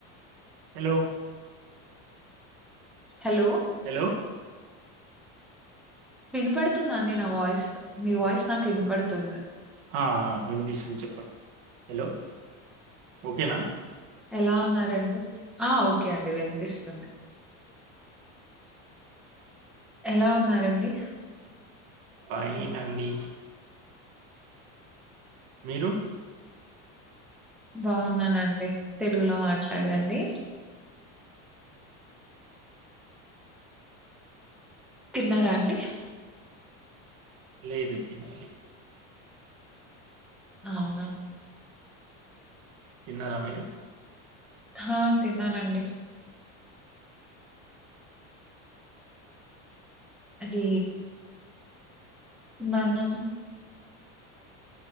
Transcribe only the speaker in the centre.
హలో
వినపడుతుందండి నా వాయిస్ మీ వాయిస్ నాకు వినపడుతుంది
ఎలా ఉన్నారండి ఆ ఓకే అండి వినిపిస్తుంది ఎలా ఉన్నారండి
బాగున్నానండి తెలుగులో మాట్లాడండి తిన్నారా అండి
అవును
ఆ తిన్నానండి అది మనం